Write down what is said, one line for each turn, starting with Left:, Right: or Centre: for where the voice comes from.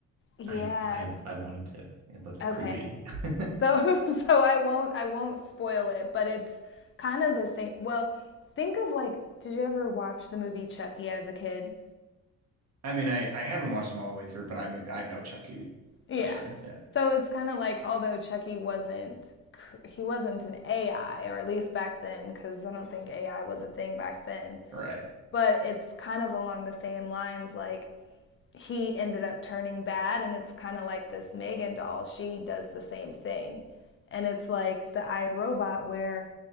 Left: Yeah.
Right: I I've I wanted to. It looked
Left: Okay.
Right: creepy. <laughs>
Left: So <laughs> so I won't I won't spoil it, but it's kind of the same. Well, think of like did you ever watch the movie Chucky as a kid?
Right: I mean, I I haven't watched them all the way through, but I I know Chucky
Left: Yeah.
Right: for sure. Yeah.
Left: So it's kind of like although Chucky wasn't cr- he wasn't an AI or at least back then cuz I don't think AI was a thing back then.
Right: Right.
Left: but it's kind of along the same lines like he ended up turning bad and it's kind of like this Megan doll she does the same thing and it's like the iRobot where